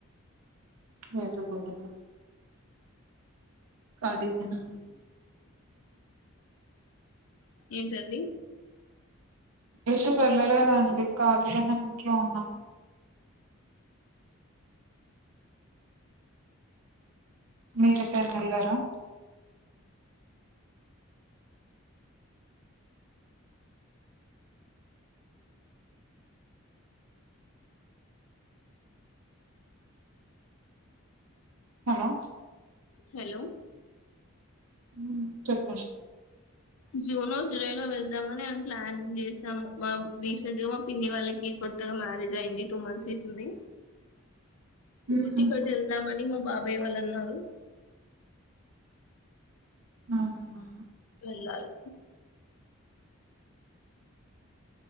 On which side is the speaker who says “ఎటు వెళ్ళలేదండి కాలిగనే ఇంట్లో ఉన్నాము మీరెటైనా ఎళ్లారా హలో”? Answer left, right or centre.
Right